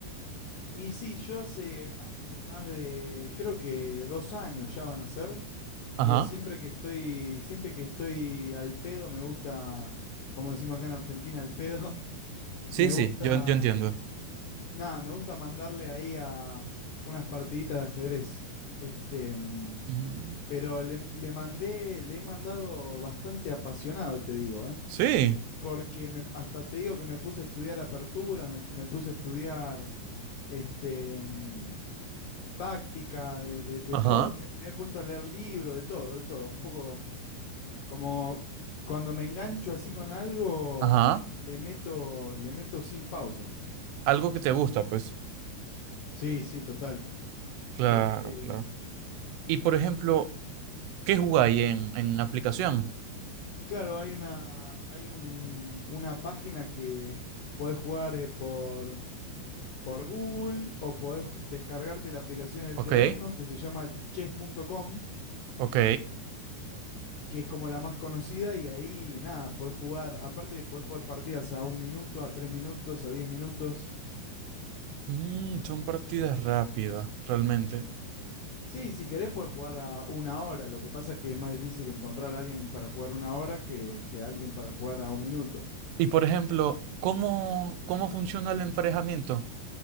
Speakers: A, on the left; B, on the right.
A: Y sí, yo hace, hace más de, creo que dos años ya van a ser,
B: Ajá,
A: que siempre que estoy, siempre que estoy al pedo, me gusta, como decimos acá en Argentina, al pedo, <laughs>
B: sí,
A: me
B: sí,
A: gusta,
B: yo, yo entiendo.
A: nada, me gusta mandarle ahí a unas partiditas de ajedrez. Este, mm,
B: Ujú.
A: pero le, le mandé, le he mandado bastante apasionado, te digo, ¿eh?
B: Sí,
A: Porque me, hasta te digo que me puse a estudiar aperturas, me, me puse a estudiar este, mm, táctica, de, de, de
B: ajá,
A: todo. Me, me he puesto a leer libros, de todo, de todo. Un poco, como cuando me engancho así con algo,
B: ajá,
A: le meto, le meto sin pausa.
B: algo que te gusta, pues.
A: Sí, sí, total.
B: Claro,
A: Este,
B: claro.
A: mm,
B: Y por ejemplo, ¿qué jugáis en, en aplicación?
A: claro, hay una, hay un- una página que podés jugar eh, por, por Google o podés ju- descargarte la aplicación en el
B: Ok,
A: teléfono que se llama chess.com,
B: ok.
A: que es como la más conocida y ahí nada, podés jugar, aparte podés jugar partidas a un minuto, a tres minutos, a diez minutos.
B: Mm, son partidas rápidas, realmente.
A: Sí, si querés puedes jugar a una hora. Lo que pasa que es más difícil encontrar a alguien para jugar una hora que, que alguien para jugar a un minuto.
B: Y por ejemplo, ¿cómo, cómo funciona el emparejamiento?